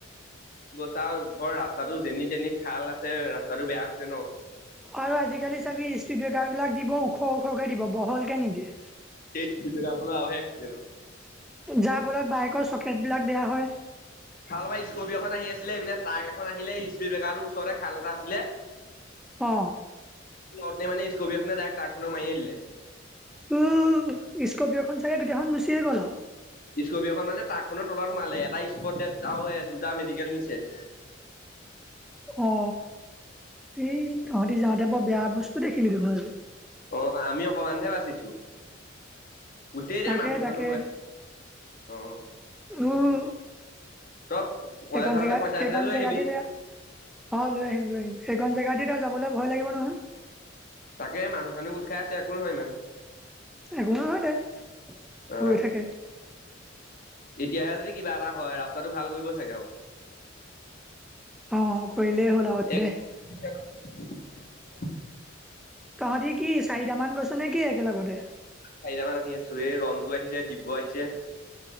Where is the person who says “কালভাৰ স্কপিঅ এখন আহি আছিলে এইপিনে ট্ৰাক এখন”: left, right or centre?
Left